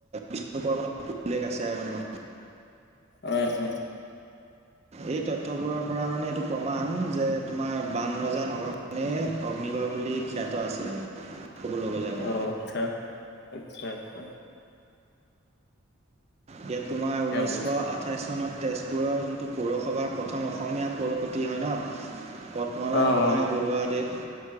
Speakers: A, on the right (about 30°); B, on the left (about 55°).
A: বিষ্ণু পুৰাণত উল্লেখ আছে আৰু <inaudible>
B: অয় অ।
A: এই তথ্যবোৰৰ পৰা মানে এইটো প্ৰমাণ যে তোমাৰ বান ৰজা নগৰ নে। <inaudible> অগ্নিগড় বুলি খ্যাত আছিল আৰু। ক'বলৈ গ'লে আৰু
B: অ আচ্ছা আচ্ছা আচ্ছা।
A: ইয়াত তোমাৰ ঊনৈছশ
B: এতিয়া বুজিছা।
A: আঠাইছ চনত তেজ পুৰৰ যোনটো পৌৰসভাৰ প্ৰথম অসমীয়া পৌৰপতি হয় ন' পদ্মনাথ
B: অ',
A: গোহাঁই বৰুৱাদেৱ।